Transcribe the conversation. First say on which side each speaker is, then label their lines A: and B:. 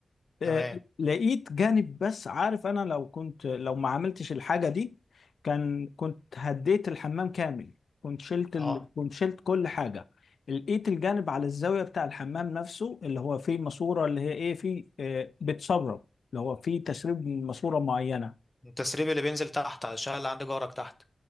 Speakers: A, on the left; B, on the left.
A: آه،
B: تمام
A: لقيت جانب بس عارف انا لو كنت لو ما عملتش الحاجة دي كان كنت هديت الحمام كامل كنت شلت
B: اه
A: ال... كنت شلت كل حاجة لقيت الجانب على الزاوية بتاع الحمام نفسه اللي هو فيه ماسورة اللي هي ايه فيه آه، بتسرب اللي هو فيه تسريب من ماسورة معينة
B: التسريب اللي بينزل تحت عشان اللي عندي جارك تحت